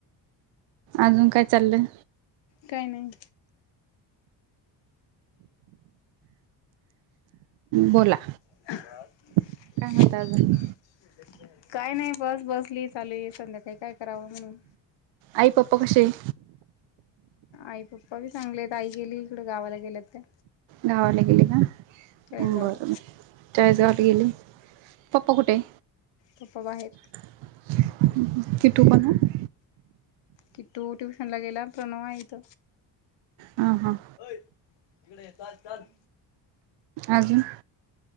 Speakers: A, on the right; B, on the left.
A: अजून काय चाललं.
B: काय नाई.
A: बोला.
B: <unintelligible>
A: काय म्हणता अजून?
B: काय नाई बस बसली चालू हाय संध्याकाळी काय करावं म्हणून.
A: आई पप्पा कशेय?
B: आई पप्पा बी चांगलेत आई गेली इकडं गावाला गेल्यात ते.
A: गावाला गेले का
B: चाळीसगावला
A: बरं. चाळीस गावात गेले पप्पा कुठेय?
B: पप्पा बाहेर
A: <unintelligible>
B: किटू ट्युशन ला गेला प्रणव हाय इथ.
A: ह हां.
B: अय हिकडं ये चल चल.
A: अजून